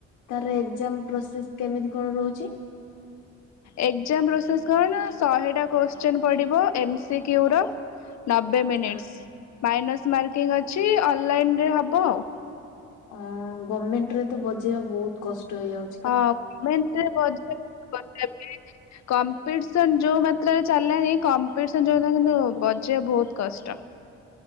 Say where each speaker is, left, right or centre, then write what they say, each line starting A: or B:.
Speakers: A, on the left; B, on the left.
A: ତାର ଏକ୍ଜାମ ପ୍ରୋସେସ କେମିତି କଣ ରହୁଚି?
B: ଏକ୍ଜାମ ପ୍ରୋସେସ୍ କଣ ଶହେଟା କୋଶ୍ଚନ୍ ପଡ଼ିବ ଏମ ସି କ୍ୟୁ ର। ନବେ ମିନିଟ୍ସ୍
A: ଅ
B: ମାଇନସ୍ ମାର୍କିଂ ଅଛି ଅନଲାଇନରେ ହବ ଆଉ।
A: ଅହୋ ଗମେଣ୍ଟ ରେ ତ ବଜେଇବା ବହୁତ କଷ୍ଟ ହେଇଯାଉଚି।
B: ହଁ ଗମେଣ୍ଟରେ ବଜେଇବା <unintelligible> କମ୍ପିଟିସନ ଯୋଉ ମାତ୍ରାରେ ଚାଲିଲାନି କମ୍ପିଟିସନ ଯୋଉମନେ କିନ୍ତୁ ବଜେଇବା ବହୁତ କଷ୍ଟ।